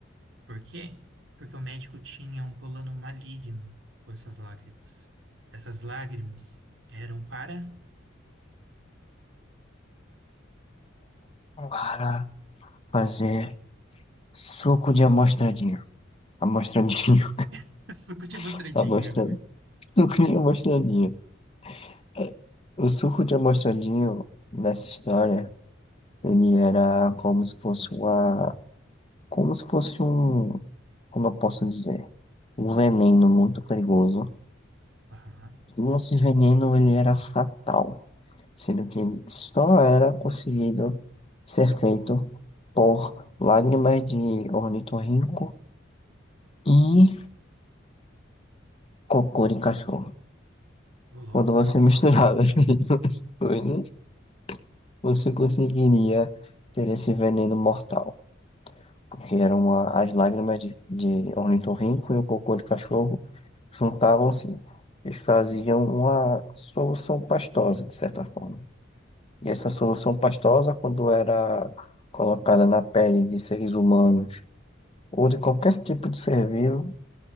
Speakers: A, on the right (about 75°); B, on the left (about 30°).
A: Por quê? Porque o médico tinha um plano maligno com essas lágrimas. Essas lágrimas eram para
B: Cara, Para fazer suco de amostradinho. Amostradinho,
A: <laughs> suco de mostradinha.
B: <laughs> amostradinho. Suco de amostradinho. É, O suco de amostradinho nessa história, ele era como se fosse uma. Como se fosse um. Como eu posso dizer? Um veneno muito perigoso.
A: Aham,
B: E esse veneno, ele era fatal. Sendo que ele só era conseguido ser feito por lágrimas de ornitorrinco e Cocô de cachorro.
A: ô louco.
B: Quando você misturava, <laughs> as duas coisas, você conseguiria ter esse veneno mortal. Porque eram a- as lágrimas de, de ornitorrinco e o cocô de cachorro juntavam-se e faziam uma solução pastosa, de certa forma. E essa solução pastosa, quando era colocada na pele de seres humanos ou de qualquer tipo de ser vivo,